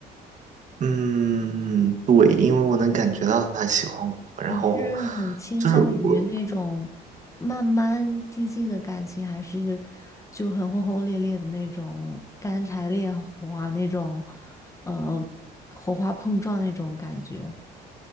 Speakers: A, on the right; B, on the left.
A: 嗯，对，因为我能感觉到他喜欢我，然后
B: 你是很倾向于那种慢慢递进的感情，
A: 就是我，
B: 还是就很轰轰烈烈的那种干柴烈火啊，那种呃火花碰撞那种感觉？